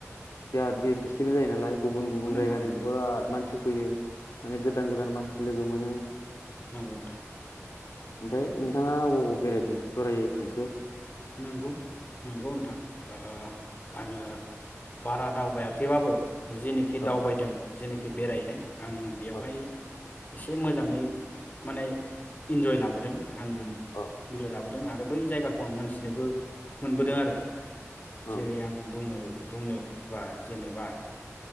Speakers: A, on the left (about 85°); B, on the left (about 35°).
A: बिराद गिदिर फेस्टिभेल जायो नालाय। गुबुन गुबुन
B: नोंगौ
A: जायगानि
B: नोंगौ।
A: बिराद मानसि फैयो। माने गोदान गोदान मानसि लोगो मोनो।
B: नंगौ नोंथां
A: ओमफ्राय नोंथाङा अबाव अबाव बेरायफिनखो बोरै थांखो?
B: नोंगौ नोंगौ नोंथां ओ आङो बारा दावबायाखैबाबो जिनिखि
A: औ
B: दावबायदों जेनिखि बेरायदों आं बेवहाय
A: औ
B: एसे मोजाङै माने इन्जय लाबोदों। आं
A: औ
B: इन्जय लाबो दों आरो बै जायगाखौ आं मोनथि नोबो मोनबोदों आरो
A: औ
B: जेरै आं बुङो बुंनो बा जेनेबा